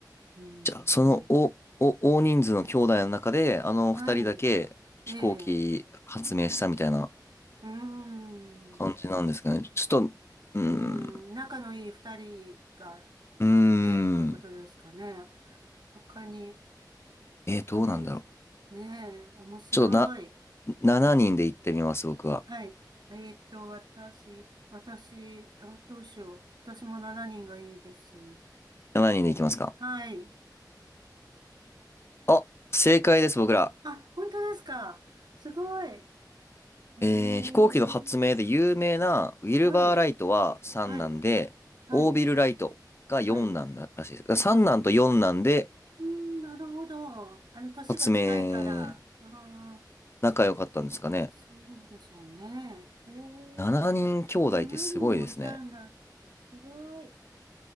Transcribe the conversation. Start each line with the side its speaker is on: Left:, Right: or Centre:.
Right: うーん。
Left: じゃあ、その、お、お、大人数の兄弟の中で、あの二人だけ飛行機発明したみたいな
Right: はい。ええ。うーん。
Left: 感じなんですかね。
Right: う
Left: ちょっと、うーん、
Right: ーん。仲のいい二人が
Left: うー
Right: いてってことですかね。
Left: ん、
Right: 他に、
Left: えーどうなんだろう。
Right: おね、ねえ、面白い。
Left: ちょっとな、7人で行ってみます、
Right: うん
Left: 僕は。
Right: はい。えっと、私、私、あ、どうしよう。私も7人がいいです。
Left: 7人で行きますか。
Right: はい。
Left: あ、正解です、僕ら。
Right: あ、本当ですか。すごい。へ
Left: えー飛行機の発明で有名なウィルバーライトは3なんで、
Right: え。はい。はい。はい。
Left: オービルライトが4なんだらしいです。
Right: はい。
Left: だから3なんと4なんで、
Right: あ、うん、なるほど。あの、年が近いから。
Left: 発明、
Right: ああ、
Left: 仲良かったんですかね。
Right: そうでしょうね。へえ、
Left: 7人兄弟ってすごいですね。
Right: 7人もいたんだ。すごい。